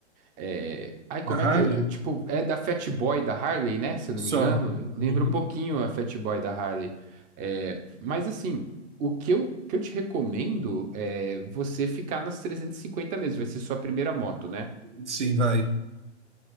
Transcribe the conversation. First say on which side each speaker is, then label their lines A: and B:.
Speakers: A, on the right (about 20°); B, on the right (about 75°).
A: é, Ai, como
B: Da
A: é
B: Harley?
A: que. eu- é, Tipo, é da Fat Boy da Harley, né? Se eu
B: Só.
A: não me engano.
B: Uhum.
A: Lembra um pouquinho a Fat Boy da Harley. É, Mas assim, o que eu, que eu te recomendo é você ficar nas 350 mesmo. Vai ser sua primeira moto, né?
B: Sim, vai.